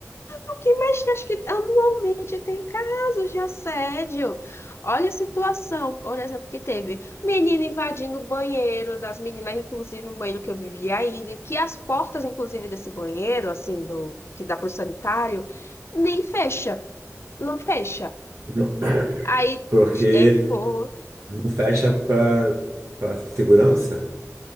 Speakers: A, on the left; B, on the right.
A: o que mexe, acho que anualmente tem casos de assédio. Olha a situação, por exemplo, que teve menina invadindo o banheiro das meninas, inclusive um banheiro que eu vivia ainda, que as portas, inclusive, desse banheiro, assim, do que dá pro sanitário, nem fecha, não fecha.
B: Não,
A: Aí,
B: porque
A: aí for,
B: não fecha para para segurança?